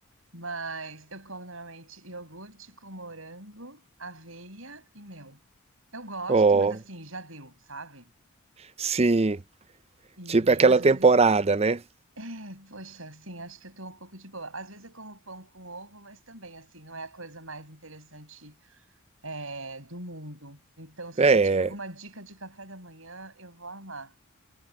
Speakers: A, on the right; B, on the right.
A: Mas eu como normalmente iogurte com morango, aveia e mel. Eu gosto,
B: ó,
A: mas assim, já deu, sabe?
B: sim.
A: E
B: Tipo é aquela
A: às vezes,
B: temporada, né?
A: é, poxa, assim, acho que eu tô um pouco de boa. Às vezes eu como pão com ovo, mas também, assim, não é a coisa mais interessante, é, do mundo. Então, se
B: É,
A: você tiver alguma dica de café da manhã, eu vou amar.